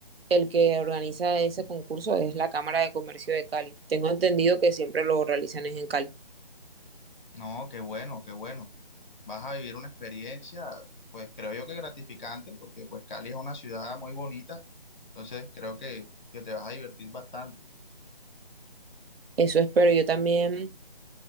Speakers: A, on the right (about 80°); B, on the left (about 55°).
A: El que organiza ese concurso es la Cámara de Comercio de Cali. Tengo entendido que siempre lo realizan es en Cali.
B: No, qué bueno, qué bueno. Vas a vivir una experiencia, pues creo yo que gratificante, porque pues Cali es una ciudad muy bonita, entonces creo que, que te vas a divertir bastante.
A: Eso espero. Yo también